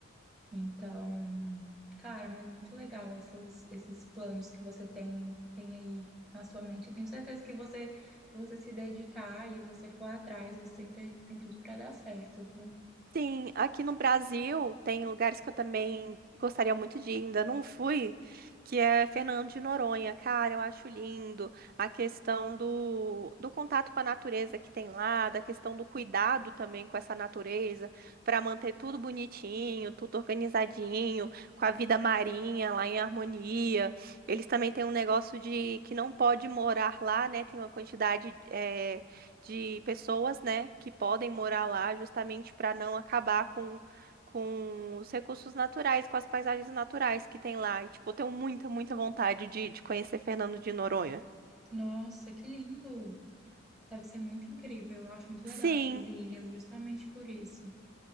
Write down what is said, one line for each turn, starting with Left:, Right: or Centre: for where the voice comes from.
Centre: Então, cara, mas muito legal essas, esses planos que você tem, tem aí na sua mente. Eu tenho certeza que você, se você se dedicar e você for atrás, você tem, te- tem tudo para dar certo, viu?
Right: Sim, aqui no Brasil tem lugares que eu também gostaria muito de ir, ainda não fui, que é Fernando de Noronha. Cara, eu acho lindo a questão do, do contato com a natureza que tem lá, da questão do cuidado também com essa natureza, para manter tudo bonitinho, tudo organizadinho, com a vida marinha lá em harmonia. Eles também têm um negócio de que não pode morar lá, né? Tem uma quantidade eh, de pessoas, né, que podem morar lá justamente para não acabar com, com os recursos naturais, com as paisagens naturais que tem lá. E, tipo, eu tenho muita, muita vontade de, de conhecer Fernando de Noronha.
Centre: Nossa, que lindo! Deve ser muito incrível. Eu acho muito legal
Right: Sim,
Centre: essas ilhas, justamente por isso.